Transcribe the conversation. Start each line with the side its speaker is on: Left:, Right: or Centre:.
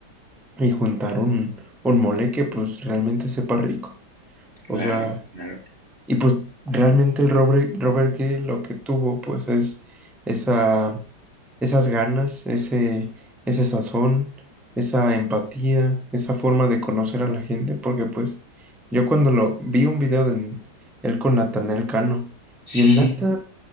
Centre: y juntar un, un mole que pues realmente sepa rico.
Right: claro,
Centre: O sea,
Right: claro.
Centre: Y pues realmente el Robert, Robert Greene lo que tuvo pues es esa, esas ganas, ese, ese sazón, esa empatía, esa forma de conocer a la gente, porque pues yo cuando lo vi un video de él con Natanael Cano
Right: Sí,
Centre: y el Nata